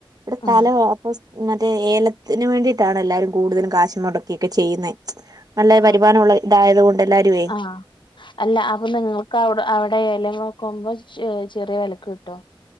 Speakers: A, on the right; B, on the left.
A: ഇവിടെ തലവാ
B: ആഹ്
A: മറ്റേ ഏലത്തിന് വേണ്ടിയിട്ടാണ് എല്ലാരും കൂടുതലും കാശ് മുടക്കൊക്കെ ചെയ്യുന്നെ. നല്ല
B: ആഹ്
A: വരുമാനംമുള്ള ഇതായത് കൊണ്ട് എല്ലരുവേ
B: ആഹ് അല്ല അപ്പൊ നിങ്ങൾക്ക് അവിടെ അവിടെല നോക്കുമ്പോ ചെറിയ വെലക്ക് കിട്ടോ?